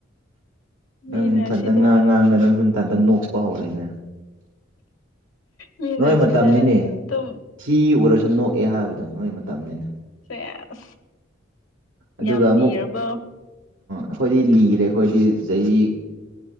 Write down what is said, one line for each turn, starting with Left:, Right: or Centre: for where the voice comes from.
Right: ꯅꯪ
Left: ꯃꯤꯅ
Right: ꯅꯊꯟꯇ
Left: ꯁꯤꯗ
Right: ꯉꯥꯡ ꯉꯥꯡꯉꯒ ꯅꯪꯁꯨ ꯅꯊꯟꯇ ꯅꯣꯛꯄ ꯍꯧꯔꯦꯅꯦ
Left: ꯃꯤꯅ
Right: ꯅꯣꯏ ꯃꯇꯝꯅꯤꯅꯦ
Left: ꯁꯤꯗ ꯑꯗꯨꯝ꯫
Right: ꯊꯤ ꯎꯔꯁꯨ ꯅꯣꯛꯑꯦ ꯍꯥꯏꯕꯗꯣ ꯅꯣꯏ ꯃꯇꯝꯅꯤꯅꯦ
Left: ꯁꯦꯁ꯫
Right: ꯑꯗꯨꯒ
Left: ꯌꯥꯝ
Right: ꯑꯃꯨꯛ
Left: ꯂꯤꯔꯕꯣ
Right: ꯑꯈꯣꯏꯗꯤ ꯂꯤꯔꯦ ꯑꯈꯣꯏꯗꯤ ꯆꯍꯤ꯫